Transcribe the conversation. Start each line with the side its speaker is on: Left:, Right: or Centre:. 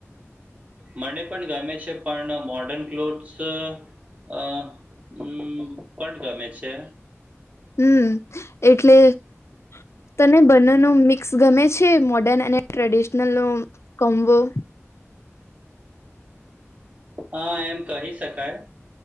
Right: મને પણ ગમે છે પણ મોર્ડર્ન ક્લોથ્સ અ હમ કોણ ગમે છે
Left: હમ એટલે તને બંને ન મિક્સ ગમે છે મોર્ડર્ન અને ટ્રેડિશનલ નો કોબુ
Right: હા એમ કહી શકાય